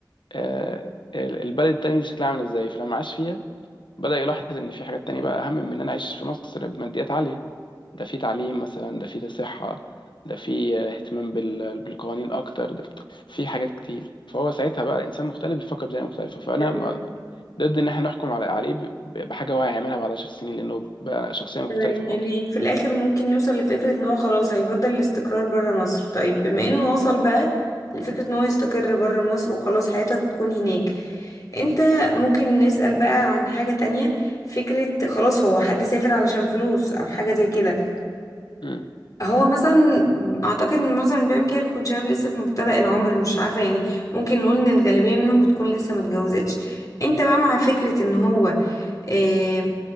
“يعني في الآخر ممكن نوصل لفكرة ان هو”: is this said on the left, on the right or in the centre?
Left